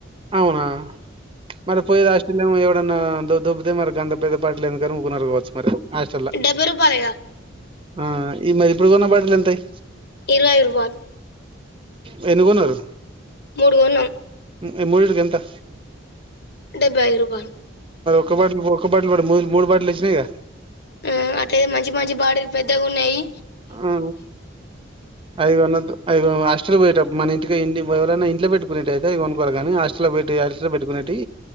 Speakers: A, on the right (about 25°); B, on the left (about 50°).
A: అవునా మరి పోయేది ఆస్ట్రేలియా ఎవరన్నా కొ దొబ్బితే మరి గంత పెద్ద పాటలు ఎందుకని ఉకున్నారు కావచ్చు మరి హాస్టల్ల
B: డెబ్బై రూపాయలేగా
A: ఆ ఈ మరి ఇప్పుడు కొన్న బాటలు ఎంతయి
B: ఇరయై రూపాలు
A: ఇప్పుడు ఎన్ని కొన్నారు
B: మూడు కొన్నాం
A: నేను మూడింటికి వెళ్తా
B: డెబ్బైఐదు రూపాలు
A: ఒక బాటిలు ఒక బాటిలు కూడా మూడు మూడు బాటిలు వచ్చినాయిగా
B: ఆ అట్లయితే మంచి మంచి బాటిల్లు పెద్దగున్నాయి
A: ఆ అయి కోనద్దు ఇ హాస్టల పోయేటప్ మన ఇంటికి ఇంటి ఎవరన్నా ఇంట్లో పెట్టుకునేటుయితే ఇవి కొనుక్కవాల గానీ హాస్టల్లో పెట్టి హాస్టల్ పెట్టుకునేటు టి